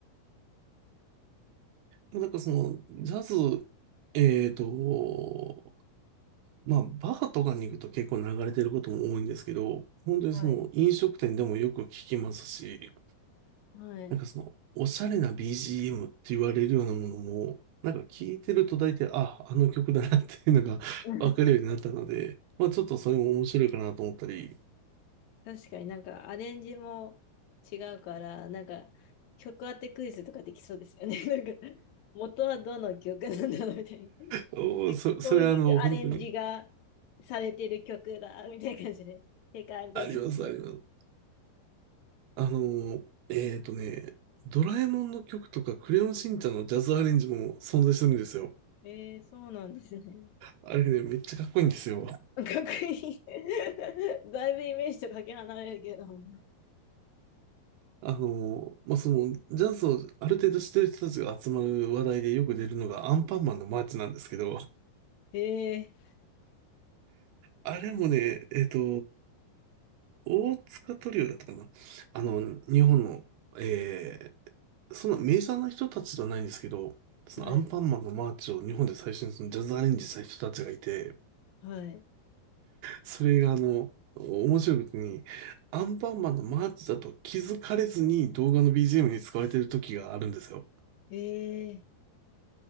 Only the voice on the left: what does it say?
はい。はい。
う
ん <laughs>
確かになんかアレンジも違うから、なんか曲当てクイズとかできそうですよね。<laughs> なんか元はどの曲なんだろうみたいな。
<laughs> で、こういうアレンジが
されてる曲だみたいな感じで、<laughs> 正解みたいな感じ
で。えー、そうなんですね。
<laughs> かっこいい。<laughs> だいぶイメージとかけ離れるけど。
え
ー、はい、はい。
え